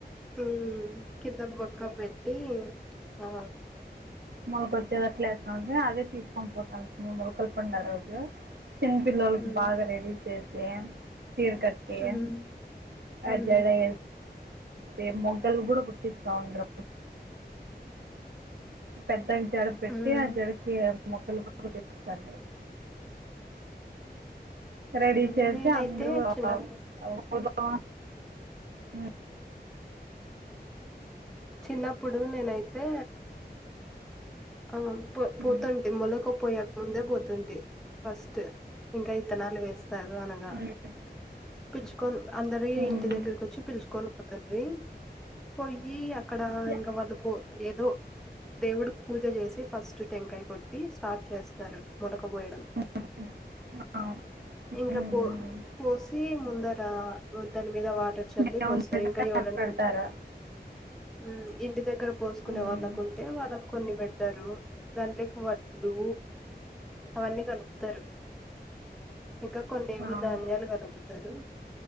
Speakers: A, in the centre; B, on the right.
A: హ కింద గురక పెట్టి ఆ
B: మాకొచ్చేదట్లేస్తాం హే అదే తీసుకొని పోతాంది ను లోకల్ వున్న రోజు చిన్నపిల్లోలకి
A: హ్మ్.
B: బాగా రెడీ చేసి చీర కట్టి
A: హ్మ్. హ్మ్.
B: ఆ జడ వేసి వే మొగ్గలు కూడా గుట్టిస్తావుండ్రి పెద్దాయ్ జడ పెట్టి
A: హ్మ్.
B: ఆ జడకి మొగ్గలు గు తన్నావ్ రెడీ
A: హ్మ్.
B: చేస్తే
A: నేనైతే
B: అందరు ఆ
A: చిన్నప్పు
B: గులక అ
A: చిన్నప్పుడు నేనైతే ఆ పో
B: ఉమ్,
A: పోతుంటే మొలకపోయాక ముందే పోతుంది ఫస్ట్ ఇంకా ఇత్తనాలు ఏస్తారు అనగా
B: ఉమ్,
A: పిచ్చుకోన్ అందరి
B: ఉమ్,
A: ఇంటి దగ్గరకొచ్చి పిలుచుకోను పోతాండ్రి పోయి అక్కడ
B: యా.
A: ఇంకా వాళ్ళు పో ఏదో దేవుడు పూజ చేసి ఫస్ట్ టెంకాయ కొట్టి స్టార్ట్ చేస్తారు మొలక పోయడం
B: ఉమ్, ఆ,
A: ఇంకా
B: ఉమ్,
A: పో పోసి ముందర దాని మీద వాటర్ చెల్లి
B: దేవుని
A: పోస్తారు
B: దగ్గర
A: ఇంకా ఎవరన్నా
B: పెడతారు
A: ఉ ఇ ఇంటి దగ్గర పోసుకునే
B: ఉమ్,
A: వాళ్ళకు ఉంటే వాళ్ళ కొన్ని పెడతారు దాంట్లోకి వడ్లు అవన్నీ కలుపుతారు ఇంకా కొన్నివో
B: అవును
A: ధాన్యాలు కలుపుతారు